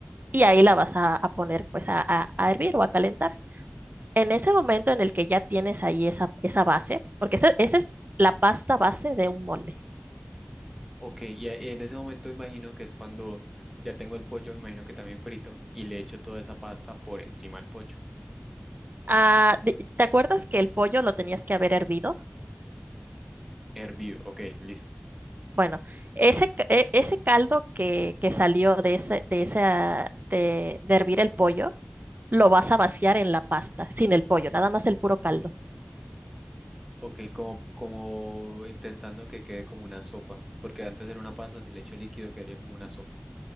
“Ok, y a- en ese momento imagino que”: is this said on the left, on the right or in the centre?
Centre